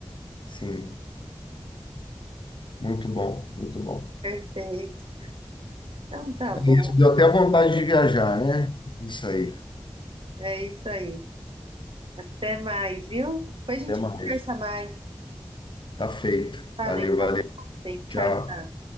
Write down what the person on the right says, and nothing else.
Perfeito. Então tá
bom.
É isso aí. Até mais, viu? Depois a
gente
conversa mais.
Falei.
Tchau,
tchau.